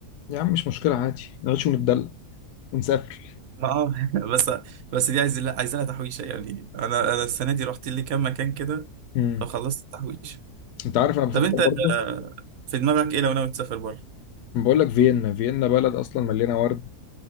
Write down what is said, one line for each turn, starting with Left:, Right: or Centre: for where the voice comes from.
Left: يا عم مش مشكله عادي نعيش وندلع ونسافر
Right: ما اه <laughs> بس بس دي عايز لا، عايزة لها تحويشة يعني انا انا السنة دي رحت لي كام مكان كده
Left: امم
Right: فخلصت التحويشة
Left: انت عارف انا بفكر
Right: طب انت
Left: برضه
Right: آه، في دماغك ايه لو ناوي تسافر بره؟
Left: بقول لك فيينا فيينا بلد اصلا مليانه ورد